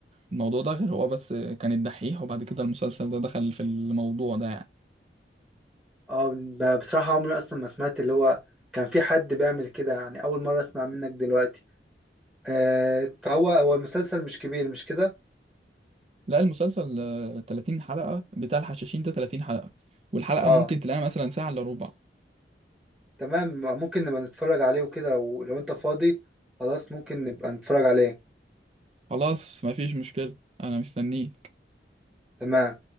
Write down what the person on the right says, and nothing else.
الموضوع ده غير هو بس كان الدحيح وبعد كده المسلسل ده دخل في الموضوع ده يعني
لا المسلسل آه، 30 حلقة بتاع الحشاشين ده 30 حلقة والحلقة
ممكن تلاقيها مثلا ساعة إلا ربع
خلاص مفيش مشكلة أنا مستنيه